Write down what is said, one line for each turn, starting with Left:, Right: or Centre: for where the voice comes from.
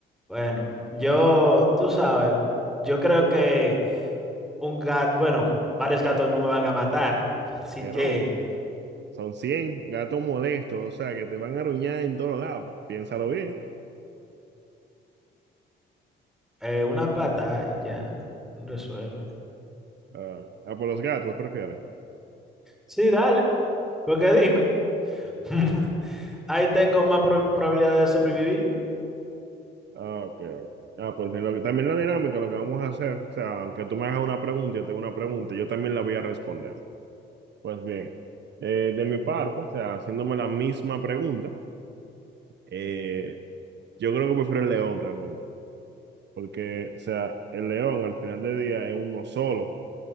Centre: Bueno, yo, tú sabes, yo creo que un gato, bueno, varios gatos no me van a matar, <laughs> así
Right: Que
Centre: que
Right: no, son cien gatos molestos, o sea, que te van a aruñar en todos lados. Piénsalo bien.
Centre: eh, una pata y ya resuelve.
Right: Ah, ah, por los gatos, prefiero.
Centre: Sí, dale, porque dime, <laughs> ahí tengo más pro- probabilidad de sobrevivir.
Right: Ah, ok, ok. Ah, pues mira, lo que, también la dinámica, lo que vamos a hacer, o sea, aunque tú me hagas una pregunta, yo tengo una pregunta, yo también la voy a responder. Pues bien, eh, de mi parte, o sea, haciéndome la misma pregunta, eh, yo creo que prefiero el león realmente, porque, o sea, el león al final del día es uno solo,